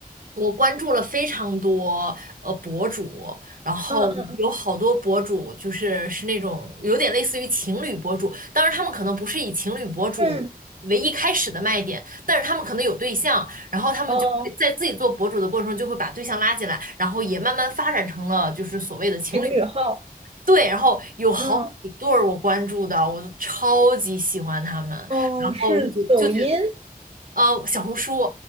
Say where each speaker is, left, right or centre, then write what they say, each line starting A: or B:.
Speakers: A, on the right; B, on the right.
A: 我关注了非常多呃博主，然后有好多博主就是是那种有点类似于情侣博主，
B: 嗯嗯
A: 当然他们可能不是以情侣博主为一开始的卖点，
B: 嗯，
A: 但是他们可能有对象，然后他们就会在自己做博主的过程中就会把对象拉进来，
B: 哦，
A: 然后也慢慢发展成了就是所谓的情侣。
B: 情侣号，
A: 对，然后有好几对儿我关注的，
B: 嗯
A: 我就超级喜欢他们，
B: 哦，
A: 然后就觉就觉
B: 是抖音，
A: 呃小红书。